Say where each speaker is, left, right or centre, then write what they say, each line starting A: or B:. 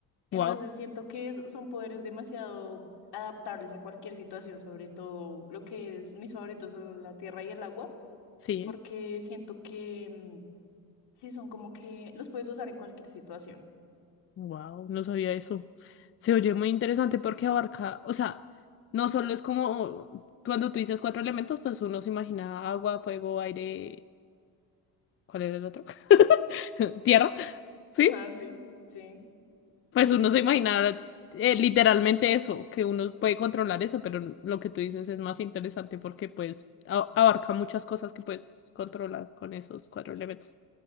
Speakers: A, on the left; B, on the left.
A: Entonces
B: Wow,
A: siento que es- son poderes demasiado adaptables a cualquier situación, sobre todo lo que es mis favoritos son la tierra y el agua,
B: sí.
A: porque siento que mm, sí son como que los puedes usar en cualquier situación.
B: Wow, no sabía eso. Se oye muy interesante porque abarca, o sea, no solo es como cuando tú dices cuatro elementos, pues uno se imagina agua, fuego, aire. ¿Cuál era el otro? <laughs> Tierra, ¿sí?
A: Ah, sí, sí.
B: Pues uno se imaginará eh, literalmente eso, que uno puede controlar eso, pero lo que tú dices es más interesante porque pues a- abarca muchas cosas que puedes controlar con esos
A: S-
B: cuatro elementos.